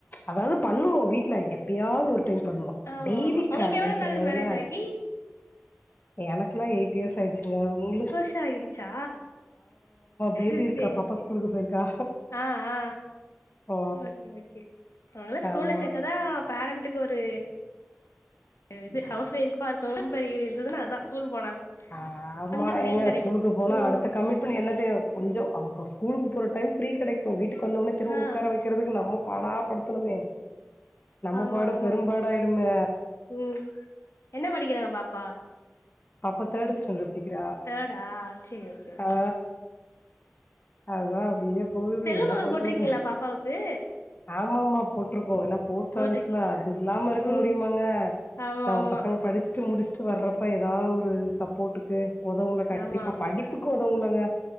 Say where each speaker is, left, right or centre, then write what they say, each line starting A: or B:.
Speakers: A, on the left (about 45°); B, on the left (about 80°).
A: அதாவ்து பண்ணுவோ வீட்ல எப்பயாவ்து ஒரு டைம் பண்ணுவோ
B: ஆமா
A: டெய்லி
B: ஆமா உங்களுக்கு
A: கா
B: எவ்ளோ
A: இது கெடையாதுல்ல
B: நாள் மேரேஜ் ஆகி
A: எனக்ல்லா எய்ட் இயர்ஸ் ஆய்ட்ச்சுங்க உங்ளுக்
B: டாயிருச்சா
A: பேபி
B: ம்
A: இருக்கா
B: சேரி
A: பாப்பா
B: சேர்
A: ஸ்கூலுக்கு போயிருக்கா
B: ஆ ஆ
A: ஓ
B: ஓகே ஓகே அவ்ங்கள ஸ்கூல்ல
A: ஆமா
B: சேத்தாதா பேரண்ட்டுக்கு ஒரு இது ஹவுஸ் ஒய்ஃபா இருக்கவுங்களுக் ரொம்ப இதுதுன்னா அதா ஸ்கூல் போனாதா
A: ஆ ஆமா
B: கொஞ்சோ ஃப்ரீ
A: எங்க
B: கெடைக்கு
A: ஸ்கூலுக்கு போனா
B: ம்
A: அடுத்த கமிட்மெண்ட் என்ன தெரிமா கொஞ்சோ அவுங்க ஸ்கூலுக்கு போற டைம் ஃப்ரீ கெடைக்கு வீட்டுக்கு வந்தோன்னே திரும்ப
B: ஆ
A: உக்கார வெக்கறதுக் கு நம்ம பாடா படுத்தணுங்க நம்ம
B: ஆமா
A: பாடு
B: ஆமா
A: பெரும்பாடா ஆய்டுங்க
B: ம் என்ன படிக்கிறாங்க பாப்பா
A: பாப்பா தேடு ஸ்டாண்டட் படிக்கிறா
B: தேர்டா சேரி ஓகே ஓகே
A: ஆ அதா அப்டியே போகுது
B: செல்வ
A: என்ன
B: மகள்
A: பண்றது
B: போட்ருகீங்ளா பாப்பாவுக்கு
A: ஆமாமா போட்ருகோ ஏனா போஸ்ட்
B: போட்டிருக்கீங்களா
A: ஆஃபீஸ்ல்ல அது இல்லாம இருக்க
B: ம்
A: முடியுமாங்க
B: ஆமா
A: நம்ம
B: ஆமா
A: பசங்க படிச்சிட்டு முடிஸ் ட்டு வர்றப்ப எதா ஒரு சப்போட்டுக்கு ஒதவுல்ல கண்டிப்பா
B: ஆமா ஆமா
A: படிப்புக்கு ஒதவுல்லங்க